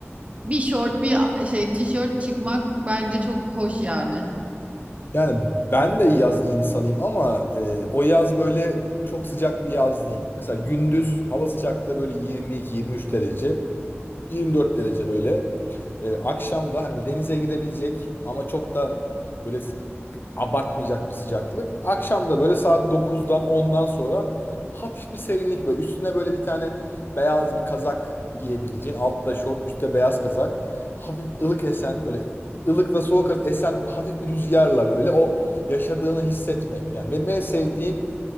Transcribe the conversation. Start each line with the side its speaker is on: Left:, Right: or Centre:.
Right: Bir şort, bir şey tişört çıkmak bence çok hoş yani.
Left: Yani ben de yaz insanıyım ama e, o yaz böyle çok sıcak bir yaz değil. Mesela gündüz hava sıcaklığı böyle 22-23 derece, 24 derece böyle. E, akşam da hani böyle denize girebilecek ama çok da böyle abartmayacak bir sıcaklık. Akşam da böyle saat dokuzdan ondan sonra hafif bir serinlik böyle. Üstüne böyle bir tane beyaz bir kazak giyebileceğin. Altta şort, üstte beyaz kazak. Hafif ılık esen böyle ılıkla soğuk arası esen hafif bir rüzgarla böyle o yaşadığını hissetmek. Yani benim en sevdiğim